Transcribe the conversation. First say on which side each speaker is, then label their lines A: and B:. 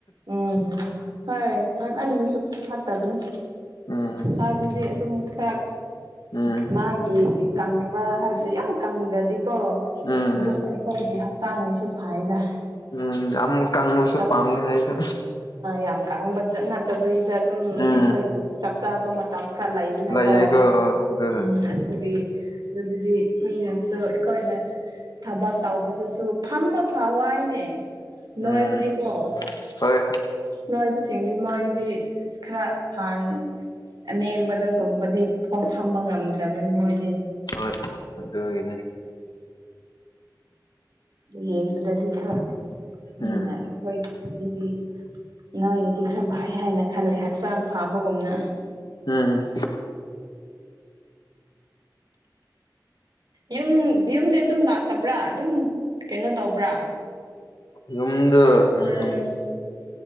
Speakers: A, on the right; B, on the left.
A: ꯎꯝ ꯍꯣꯏ ꯅꯣꯏꯃꯟꯕꯁꯨ ꯐꯠꯇꯕꯅꯤ
B: ꯎꯝ
A: ꯍꯥꯏꯕꯗꯤ ꯑꯗꯨꯝ ꯆꯥꯛ
B: ꯎꯝ
A: ꯃꯥꯒꯤ ꯀꯪꯕ ꯍꯥꯏꯕꯗꯤ ꯌꯥꯝ ꯀꯪꯗ꯭ꯔꯗꯤꯀꯣ
B: ꯎꯝ ꯎꯝ
A: ꯑꯗꯨꯅ ꯑꯩꯈꯣꯏꯒꯤ ꯍꯧꯖꯤꯛꯀꯥꯟ ꯆꯥꯡꯉꯁꯨ ꯐꯥꯏꯗ
B: ꯎꯝ ꯌꯥꯝ ꯀꯪꯕꯁꯨ
A: ꯆꯞ
B: ꯄꯥꯝꯗꯦ ꯑꯩꯗꯣ
A: ꯌꯥꯝ ꯀꯥꯡꯕ ꯅꯠꯇꯕꯤꯗ ꯑꯗꯨꯝ
B: ꯎꯝ
A: ꯑꯩꯈꯣꯏꯒꯤ ꯆꯞ ꯆꯥꯕ ꯃꯇꯝ ꯈꯔ ꯂꯩꯗꯅꯀꯣ
B: ꯂꯩꯌꯦꯀꯣ ꯑꯗꯨꯗ
A: ꯎꯝ ꯑꯗꯨꯈꯒꯤ ꯑꯗꯨꯗꯤ ꯃꯤꯅꯁꯨ ꯑꯩꯈꯣꯏꯅ ꯊꯕꯛ ꯇꯧꯕꯗꯁꯨ ꯐꯝꯕ ꯐꯥꯎꯏꯅꯦ ꯅꯣꯏꯕꯨꯗꯤꯀꯣ
B: ꯎꯝ ꯍꯣꯏ
A: ꯂꯣꯏꯕꯁꯤꯡꯗꯤ ꯃꯣꯏꯗꯤ ꯈꯔ ꯐꯥꯟ ꯑꯅꯦꯝꯕꯗꯒꯨꯝꯕꯗꯤ ꯐꯝꯕ ꯉꯝꯗ꯭ꯔꯕꯅꯤ ꯃꯣꯏꯗꯤ
B: ꯍꯣꯏ ꯑꯗꯨꯒꯤꯅꯦ
A: ꯌꯦꯡꯕꯗꯗꯤ ꯈꯔ ꯃꯤꯅ
B: ꯎꯝ
A: ꯍꯣꯏ ꯑꯗꯨꯗꯤ ꯅꯣꯏꯔꯗꯤ ꯈꯔ ꯐꯥꯏ ꯍꯥꯏꯅ ꯈꯜꯂꯦ ꯍꯛꯆꯥꯡ ꯐꯥꯕꯒꯨꯝꯅ
B: ꯎꯝ
A: ꯌꯨꯝ ꯌꯨꯝꯗꯤ ꯑꯗꯨꯝ ꯂꯥꯛꯇꯕ꯭ꯔꯥ ꯑꯗꯨꯝ ꯀꯩꯅꯣ ꯇꯧꯕ꯭ꯔꯥ
B: ꯌꯨꯝꯗ
A: ꯈ꯭ꯔꯤꯁꯃꯥꯁ
B: ꯎꯝ